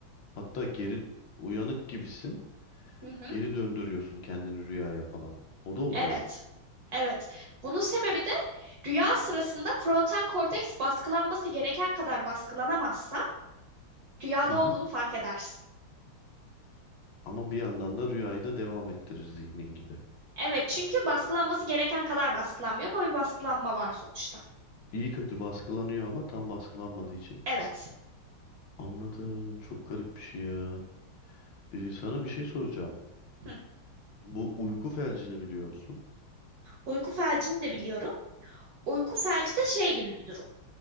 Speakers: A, on the left; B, on the right.
A: Hatta geri uyanık gibisin,
B: Hı hı.
A: geri döndürüyorsun kendini rüyaya falan. O da oluyor.
B: Evet. Evet. Bunun sebebi de rüya sırasında frontal korteks baskılanması gereken kadar baskılanamazsa rüyada
A: Hı hı.
B: olduğunu fark edersin.
A: Ama bir yandan da rüyayı da devam ettirir zihnin gibi.
B: Evet, çünkü baskılanması gereken kadar baskılanmıyor ama bir baskılanma var sonuçta.
A: İyi kötü baskılanıyor ama tam baskılanmadığı için.
B: Evet.
A: Anladım. Çok garip bir şey ya. Ee, sana bir şey soracağım.
B: Hı.
A: Bu uyku felcini biliyor musun?
B: Uyku felcini de biliyorum. Uyku felci de şey gibi bir durum.